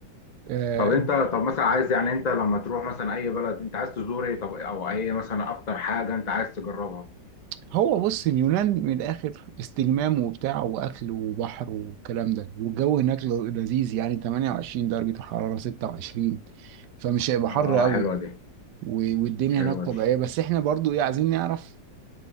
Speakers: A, on the right (about 70°); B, on the left (about 40°).
A: آه
B: طب انت طب مثلا عايز يعني انت لما تروح مثلا اي بلد انت عايز تزور ايه طب او اي مثلا اكتر حاجة انت عايز تجربها
A: هو بص اليونان من الاخر استجمام وبتاع واكل وبحر والكلام ده والجو هناك ل- لذيذ يعني 28 درجه الحراره 26 فمش هيبقى حر
B: اه
A: قوي
B: حلوة دي
A: و- والدنيا
B: حلوة
A: هناك طبيعيه
B: دي
A: بس احنا برضو ايه عايزين نعرف